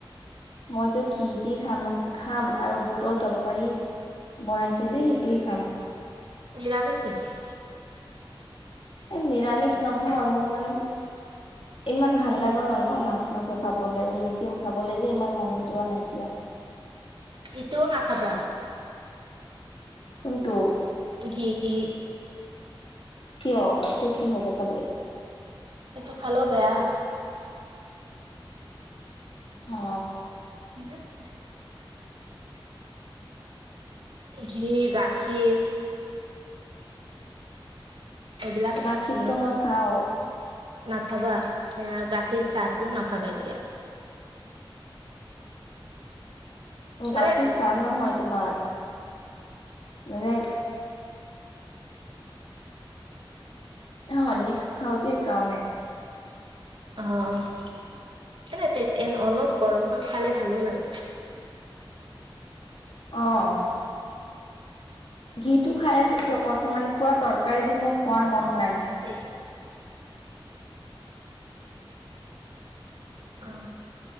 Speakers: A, on the left; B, on the right.
A: মইতো ঘি দি খাম খাম আৰু বুটৰ তৰকাৰী। বনাইছে যে সেইটোৱে খাম।
B: নিৰামিছ নেকি।
A: এ নিৰামিষ নহয় মোৰ মানে, ইমান ভাল লগা নহয় ন মাছ মাংস খাবলৈ ডিম চিম খাবলৈ যে ইমান মন যোৱা নাই এতিয়া।
B: সেটোও নাখাবা।
A: কোনটো।
B: ঘি কি,
A: কিয় এইটো কি হ'ব খালে।
B: সেইটো খালেও বেয়া হয়।
A: অ,
B: <unintelligible> ঘি গাখীৰ। এইবিলাক
A: গাখীৰটো
B: মানে।
A: মই খাও
B: নাখাবা এয়া গাখীৰ চাহটো নাখাবা এতিয়া। মানে
A: গাখীৰ চাহ নহয় তোমাৰ। মানে এ হলিক্স খাও যে সেইকাৰণে।
B: অ' অলপ গৰম চৰম খালে ভালো লাগে।
A: অ', ঘিটো খাই আছো কিয় কচোন মানে পুৰা তৰকাৰী দি মোক খোৱাৰ মন নাই।
B: তে অ